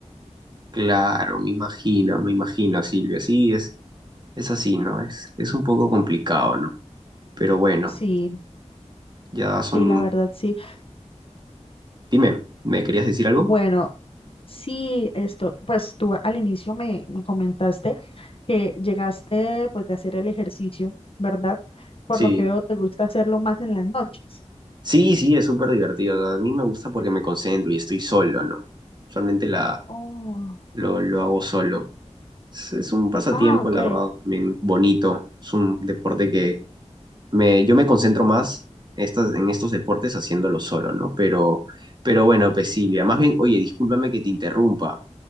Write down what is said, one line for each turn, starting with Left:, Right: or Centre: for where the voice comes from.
Right: Claro, me imagino, me imagino, Silvia. Sí, es, es así, ¿no? Es, es un poco complicado, ¿no? Pero bueno,
Left: Sí,
Right: ya son...
Left: sí, la verdad, sí.
Right: Dime, ¿me querías decir algo?
Left: Bueno, sí, esto, pues tú al inicio me, me comentaste que llegaste pues de hacer el ejercicio, ¿verdad? Por
Right: Sí.
Left: lo que veo, te gusta hacerlo más en las noches.
Right: Sí, sí, es súper divertido. A mí me gusta porque me concentro y estoy solo, ¿no? Usualmente la,
Left: Oh,
Right: lo, lo hago solo. Es, es un pasatiempo,
Left: ah, ok.
Right: la verdad, también bonito. Es un deporte que me, yo me concentro más estas, en estos deportes haciéndolo solo, ¿no? Pero, pero bueno, pues Silvia, más bien, oye, discúlpame que te interrumpa.